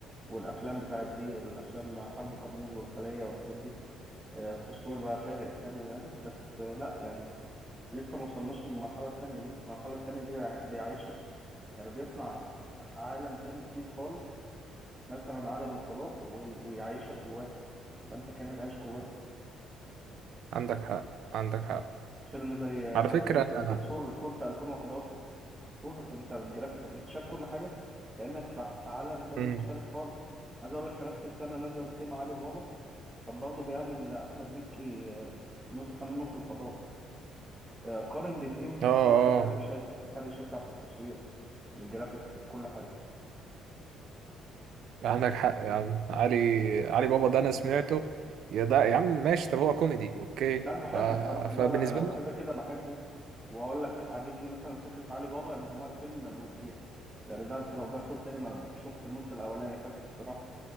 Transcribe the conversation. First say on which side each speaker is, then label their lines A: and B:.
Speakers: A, on the right (about 20°); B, on the right (about 70°).
A: والافلام بتاعت دي الافلام حرب كرموز والخليه والحاجات دي آه، التصوير بقى فارق حلو يعني بس آه، لا يعني لسه ما وصلناش للمرحلة التانية دي المرحلة التانية دي بيع- بيعيشك يعني بيصنع عالم تاني جديد خالص مثلا عالم الفضاء وي- ويعيشك جواه يبقى انت كأنك عايش جواه
B: عندك حق عندك حق
A: فيلم زي
B: على
A: كابتن
B: فكره انا
A: ثور ثور في 2011 ثور انت الجرافيكس انت شايف كل حاجة كأنك في في عالم تاني
B: مم.
A: مختلف خالص عايز اقول لك في نفس السنة نزل سيما علي بابا كان برضه بيعمل احمد مكي آه، نسخة منه في الفضاء آه، قارن بين دي ودي
B: اه اه
A: هتلاقي في فرق شاسع فرق شاسع في التصوير في الجرافيكس في كل حاجة
B: عندك حق يا عم علي علي بابا ده انا سمعته يا ده يا عم ماشي طب هو كوميدي اوكي
A: لا انا بحبه
B: ف...
A: بصراحه لا
B: فبالنسبه
A: لا انا
B: لي
A: كده كده بحبه واقول لك عاجبني مثلا فكره علي بابا ان هو الفيلم جزئين يعني ده انت لو دخلوا سينما شفت النص الاولاني خدت الصراحه